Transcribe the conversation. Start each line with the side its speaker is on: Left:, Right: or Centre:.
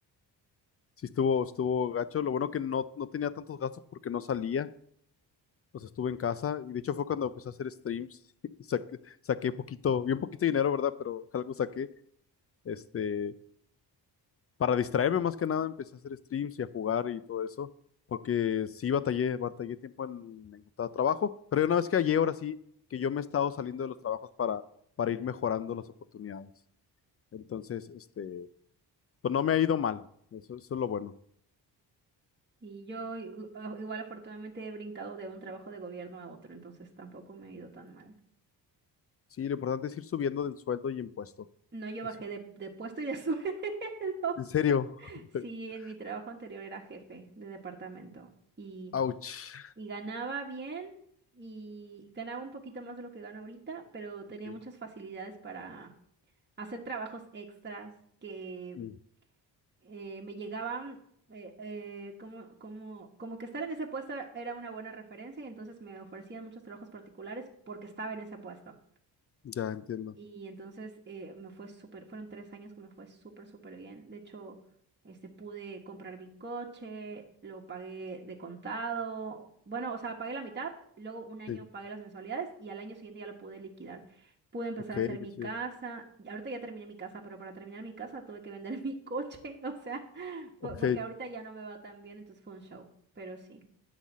Left: Sí estuvo, estuvo gacho. Lo bueno que no, no tenía tantos gastos porque no salía. O sea, estuve en casa. Y de hecho fue cuando empecé a hacer streams. <laughs> Y saqué, saqué poquito, bien poquito dinero, ¿verdad? Pero algo saqué. Este, para distraerme más que nada, empecé a hacer streams y a jugar y todo eso. Porque sí batallé, batallé tiempo en en encontrar trabajo. Pero una vez que hallé, ahora sí, que yo me he estado saliendo de los trabajos para, para ir mejorando las oportunidades. Entonces, este, pues no me ha ido mal. Eso, eso es lo bueno.
Right: Y yo i- u- a- igual afortunadamente he brincado de un trabajo de gobierno a otro, entonces tampoco me ha ido tan mal.
Left: Sí, lo importante es ir subiendo del sueldo y impuesto.
Right: No, yo
Left: Eso.
Right: bajé de, de puesto y de <laughs> sueldo.
Left: En serio.
Right: Sí,
Left: <laughs>
Right: en mi trabajo anterior era jefe de departamento y...
Left: Ouch.
Right: y ganaba bien y ganaba un poquito más de lo que gana ahorita, pero tenía
Left: Ok.
Right: muchas facilidades para hacer trabajos extras que
Left: Mm,
Right: eh, me llegaban eh, eh, como, como, como que estar en ese puesto era una buena referencia y entonces me ofrecían muchos trabajos particulares porque estaba en ese puesto.
Left: Ya entiendo.
Right: Y entonces eh, me fue súper, fueron tres años que me fue súper, súper bien. De hecho, este, pude comprar mi coche, lo pagué de contado. Bueno, o sea, pagué la mitad, luego un año
Left: Sí.
Right: pagué las mensualidades y al año siguiente ya lo pude liquidar. Pude empezar
Left: Ok,
Right: a hacer mi
Left: qué chido.
Right: casa. y Ahorita ya terminé mi casa, pero para terminar mi casa tuve que vender <laughs> mi coche. O sea, <laughs> po-
Left: Ok.
Right: porque
Left: Ay,
Right: ahorita ya no me va tan bien, entonces fue un show. Pero sí,